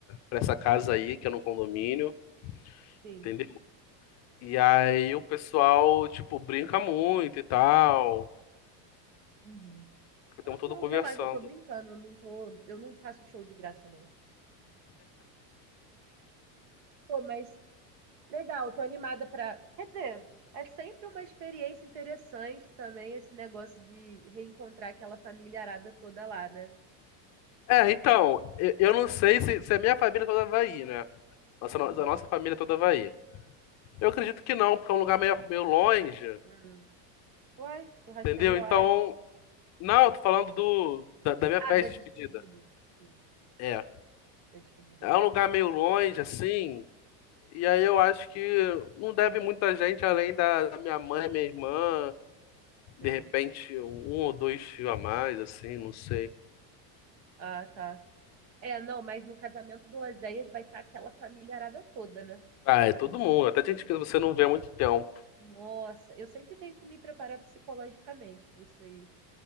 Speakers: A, on the left (about 35°); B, on the right (about 70°).
A: pra essa casa aí, que é num condomínio,
B: Sim.
A: entendeu? E aí o pessoal, tipo, brinca muito e tal,
B: Uhum.
A: ficam
B: Ah,
A: todo
B: não,
A: conversando.
B: relaxa, eu tô brincando, eu não tô, eu não faço show de graça, não. Pô, mas Legal, tô animada pra. Quer dizer, é sempre uma experiência interessante também esse negócio de reencontrar aquela família arada toda lá, né?
A: É, então, eu, eu não sei se, se a minha família toda vai ir, né? Nossa,
B: Uhum.
A: no- da nossa família toda Havaí. Eu acredito que não, porque é um lugar meio, meio longe,
B: Uhum. Uai, churrascaria
A: entendeu?
B: Oasis.
A: Então, não, tô falando do, da, da minha
B: Ah,
A: festa
B: da
A: de
B: despedida.
A: despedida.
B: Sim,
A: É.
B: da despedida,
A: É
B: acho que
A: um lugar
B: eu não
A: meio longe, assim, e aí eu acho que não deve muita gente além da, da minha mãe, minha irmã, de
B: sei.
A: repente um ou dois tios a mais, assim, não sei.
B: Ah, tá. É, não, mas no casamento do Oséias vai estar aquela família arada toda, né?
A: Ah, é todo mundo, até gente que você não vê há muito tempo.
B: Nossa, eu sempre tenho que me preparar psicologicamente pra isso aí.